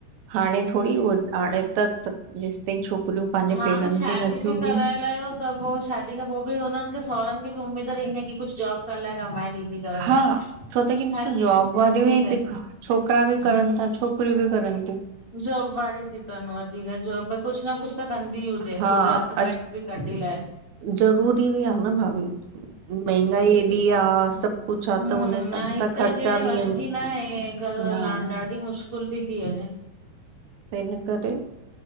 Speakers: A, on the right (about 75°); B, on the left (about 80°).
A: हाणे थोरी उहो हाणे त जेसिताईं छोकिरियूं पंहिंजे
B: हाण
A: पेरनि
B: शादी
A: ते नथियूं
B: बि
A: बीहनि
B: कराए लायो त पोइ शादी खां पोइ बि हुननि खे सहुरनि खे बि उमेीद रहंदी की कुझु जॉब कर लाई कमाए ॾींदी घर
A: हा
B: में
A: छो त ईंशुल
B: हर
A: <unintelligible>
B: कंहिंखे
A: जॉब वारि
B: उमीद
A: हुईथी
B: आहे
A: खां छोकिरा बि
B: हा
A: करनि था छोकिरियूं बि करनि थियूं
B: जॉब वारीतियूं कन वधीक जॉब कुझु न कुझु त कंदी हुजे
A: हा,
B: ख़ुदि हथ
A: अच
B: खर्च बि कढी लाए
A: ज़रूरी बि आ न भाभी महांगाई एॾी आहे सभु कुछु आ
B: हु
A: त हुन हिसाब
B: न हिक
A: सां ख़र्चा
B: ॼणे
A: बि
B: वसिजी
A: आहिनि।
B: न आहे घरु हलाइणु
A: न,
B: ॾाढी मुश्किल कुल थी थी अञे
A: त हिन करे